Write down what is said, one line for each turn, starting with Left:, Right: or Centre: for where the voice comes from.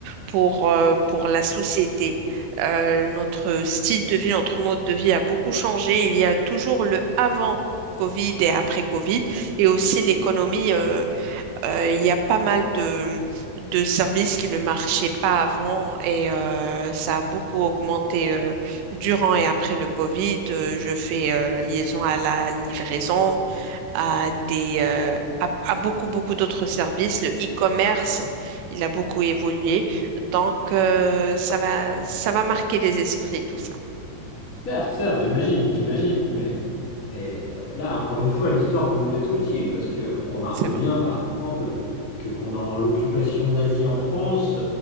Right: pour, euh, pour la société. Euh, notre style de vie, notre mode de vie a beaucoup changé. Il y a toujours le avant. Covid et après Covid, et aussi l'économie. euh, euh, il y a pas mal de, de services qui ne marchaient pas avant et euh, ça a beaucoup augmenté euh, durant et après le Covid. Euh, je fais euh, liaison à la livraison, à des, euh, à, à beaucoup, beaucoup d'autres services. Le e-commerce, il a beaucoup évolué. Donc, euh, ça va, ça va marquer les esprits, tout ça.
Left: Certes, certes, j'imagine, j'imagine, mais, mais euh, là, encore une fois, l'histoire peut nous être utile parce que on remarque
Right: C'est vrai.
Left: bien, par exemple, que pendant l'occupation nazie en France,